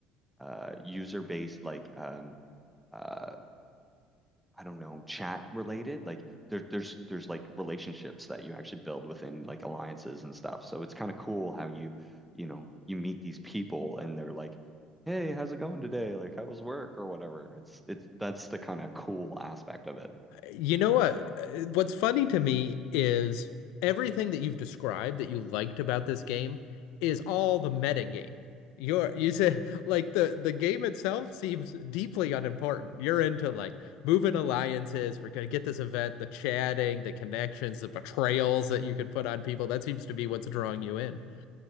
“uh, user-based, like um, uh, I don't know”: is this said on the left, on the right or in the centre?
Centre